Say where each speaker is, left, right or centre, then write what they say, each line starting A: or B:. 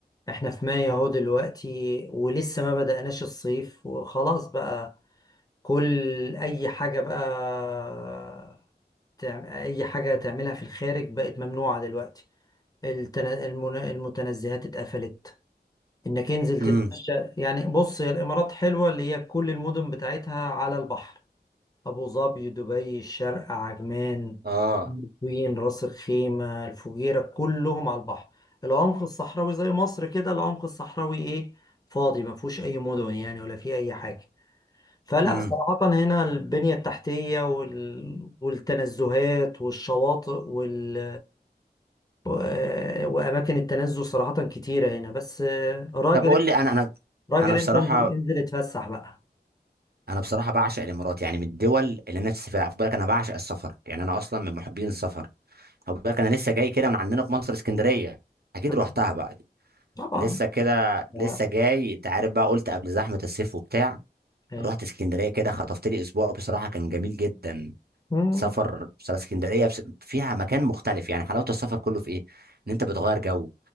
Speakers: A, on the left; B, on the right.
A: احنا في مايو اهو دلوقتي ولسه ما بدأناش الصيف وخلاص بقى كل أي حاجة بقى تعم- اي حاجه تعملها في الخارج بقت ممنوعه دلوقتي التن... المن... المتنزهات اتقفلت انك انزل تتمشى
B: امم
A: يعني بص هي الامارات حلوه اللي هي كل المدن بتاعتها على البحر ابو ظبي دبي الشارقه عجمان
B: اه
A: الطين راس الخيمه الفجيره كلهم على البحر العمق الصحراوي زي مصر كده العمق الصحراوي ايه فاضي ما فيهوش اي مدن يعني ولا فيه اي حاجه فلا
B: امم
A: صراحة هنا البنية التحتية وال... والتنزهات والشواطئ وال... و... وأماكن التنزه صراحة كتيرة هنا بس راجل
B: طب قول لي انا انا
A: راجل
B: انا بصراحه
A: أنت انزل انزل اتفسح بقى
B: انا بصراحه بعشق الامارات يعني من الدول اللي نفسي اسافرها خد بالك انا بعشق السفر يعني انا اصلا من محبين السفر خد بالك انا لسه جاي كده من عندنا في مصر اسكندريه اكيد
A: آه،
B: روحتها بقى دي
A: طبعا
B: لسه كده
A: ف-
B: لسه جاي انت عارف بقى قلت قبل زحمه الصيف وبتاع
A: إيه.
B: رحت اسكندريه كده خطفت لي اسبوع بصراحه كان جميل جدا
A: مم.
B: سفر بس- اسكندريه بس- فيها مكان مختلف يعني حلاوه السفر كله في ايه ان انت بتغير جو